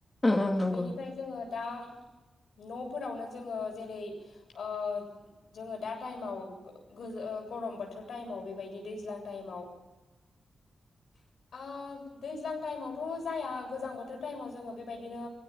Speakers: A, on the left; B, on the left.
A: ओं ओं नंगौ
B: बेनिफ्राय जोङो दा न'फोरावनो जोङो जेरै ओ जोङो दा टाइमाव गो गरम बोथोर टाइमाव बेबायदि दैज्लां टाइमाव
A: <inaudible>
B: ओ दैज्लां टाइमावथ' जाया गोजां बोथोर टाइमाव जोङो बेबायदिनो